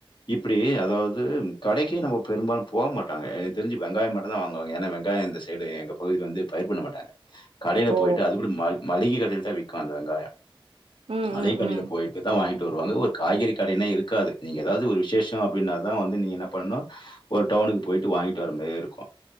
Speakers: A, on the left; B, on the right.
A: இப்படி அதாவது இது கடைக்கே நம்ம பெரும்பாலும் போ மாட்டாங்க எனக்கு தெரிஞ்சு வெங்காயம் மட்டும் தான் வாங்குவங்க ஏன்னா வெங்காயம் இந்த சைடு எங்க பகுதில வந்து பயிர் பண்ண மாட்டாங்க கடையில
B: ஓ!
A: போயிட்டு அது கூட மளிகை கடையில் தான் விக்கும் அந்த வெங்காயம்
B: ம்,
A: மளிகைக்கடியில
B: ம், ம்.
A: போயட்டு தான் வாங்கிட் டு வருவாங்க ஒரு காய்கறி கடைனே இருக்காது நீங்க ஏதாவது ஒரு விசேஷம் அப்படின்னா தான் வந்து நீங்க என்ன பண்ணணும் ஒரு டவுனுக்கு போயிட்டு வாங்கிட்டு வர மாதிரி இருக்கும்